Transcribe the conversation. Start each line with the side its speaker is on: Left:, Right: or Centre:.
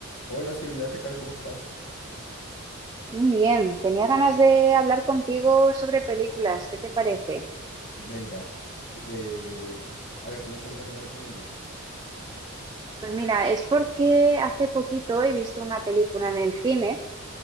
Left: Hola Silvia, ¿qué tal? ¿Cómo estás?
Right: Muy bien, tenía ganas de hablar contigo sobre películas, ¿qué te parece?
Left: Venga, cu- eh, a ver, ¿tienes alguna que me recomiendes?
Right: Pues mira, es porque hace poquito he visto una película en el cine